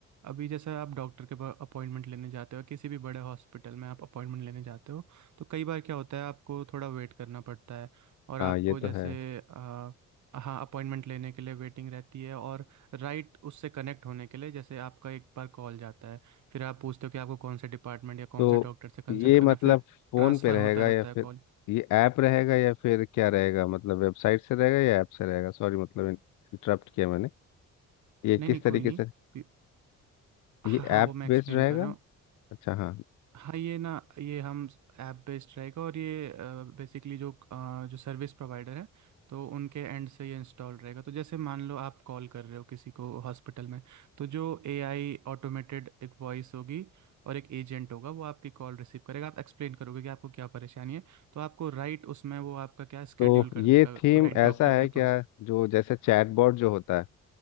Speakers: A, on the right; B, on the left.
A: अभी जैसे आप डॉक्टर के पास अपॉइंटमेंट लेने जाते हो किसी भी बड़े हॉस्पिटल में आप अपॉइंटमेंट लेने जाते हो तो कई बार क्या होता है आपको थोड़ा वेट करना पड़ता है और
B: हाँ
A: आपको
B: ये
A: जैसे
B: तो है
A: अ, हाँ अपॉइंटमेंट लेने के लिए वेटिंग रहती है और राइट उससे कनेक्ट होने के लिए जैसे आपका एक बार कॉल जाता है फिर आप पूछते हो कि आपको कौन से डिपार्टमेंट या कौन
B: तो
A: से डॉक्टर से कंसल्ट
B: ये
A: करना
B: मतलब
A: है, फिर
B: फोन
A: ट्रांसफ़र
B: पे रहेगा
A: होता रहता
B: या
A: है कॉल
B: फिर ये ऐप रहेगा या फिर क्या रहेगा मतलब वेबसाइट से रहेगा या ऐप से रहेगा सॉरी मतलब इंटरप्ट किया मैंने ये किस
A: नहीं नहीं
B: तरीके
A: कोई नहीं
B: से ये
A: हाँ हाँ
B: ऐप
A: वो मैं एक्सप्लेन
B: बेस्ड रहेगा
A: कर रहा हूँ
B: अच्छा हाँ
A: हाँ ये ना ये हम ऐप बेस्ड रहेगा और ये बेसिकली जो अ, जो सर्विस प्रोवाइडर है तो उनके एंड से ये इंस्टॉल रहेगा तो जैसे मान लो आप कॉल कर रहे हो किसी को हॉस्पिटल में तो जो एआई ऑटोमेटेड एक वॉइस होगी और एक एजेंट होगा वो आपकी कॉल रिसीव करेगा आप एक्सप्लेन करोगे कि आपको क्या परेशानी है तो आपको राइट उसमें वो आपका क्या स्केड्यूल
B: तो
A: कर
B: ये
A: देगा
B: थीम
A: राइट
B: ऐसा
A: डॉक्टर
B: है
A: के
B: क्या
A: पास
B: जो जैसे चैटबॉट जो होता है